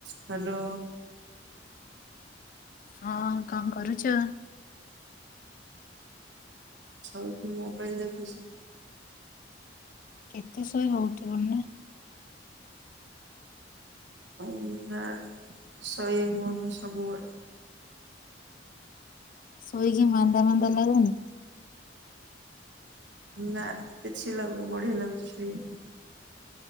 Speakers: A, on the right; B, on the left.
A: ହ୍ୟାଲୋ
B: ହଁ କଣ କରୁଛ?
A: ଶୋଇକି ମୋବାଇଲ ଦେଖୁଛି।
B: କେତେ ଶୋଇବ ଉଠିପଡୁନ।
A: ଉ ନା ଶୋଇବି ଆମେ ସବୁବେଳେ।
B: ଶୋଇକି ମାନ୍ଦା ମାନ୍ଦା ଲାଗୁନି?
A: ନା କିଛି ଲାଗୁନି ବଢିଆ ଲାଗୁଛି ଶୋଇବାକୁ।